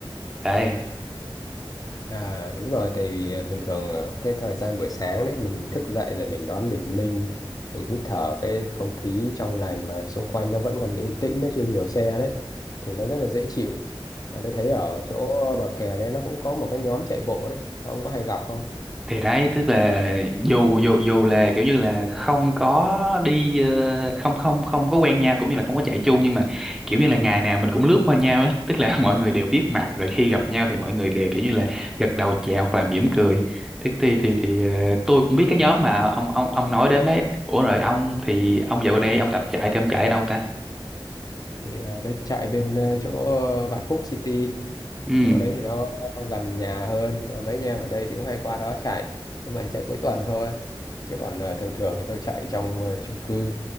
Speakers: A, in the centre; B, on the left.
A: Đấy.
B: À, đúng rồi, tại vì ờ, thường thường ờ, cái thời gian buổi sáng đấy mình thức dậy rồi mình đón bình minh, mình hít thở cái không khí trong lành mà xung quanh nó vẫn còn yên tĩnh, nó chưa nhiều xe đấy, thì nó rất là dễ chịu. Và tôi thấy ở chỗ bờ kè đấy nó cũng có một cái nhóm chạy bộ đấy, ông có hay gặp không?
A: thì đấy tức là dù dù dù là kiểu như là không có đi ờ, không không không có quen nhau cũng như là không có chạy chung nhưng mà kiểu như là ngày nào mình cũng lướt qua nhau á tức là <laughs> mọi người đều biết mặt rồi khi gặp nhau thì mọi người đều kiểu như là gật đầu chào hoặc là mỉm cười thế thì thì thì ờ, tôi cũng biết cái nhóm mà ông ông ông nói đến ấy ủa rồi ông thì ông dạo gần đây ông tập chạy thì ông chạy ở đâu ta
B: Thì ờ, tôi chạy bên ờ, chỗ Vạn Phúc City,
A: ừ
B: chỗ đấy thì nó gần nhà hơn Ờ, mấy anh em ở đây thì cũng hay qua đó chạy nhưng mà chạy cuối tuần thôi chứ còn ờ, thường thường thì tôi chạy trong ờ, chung cư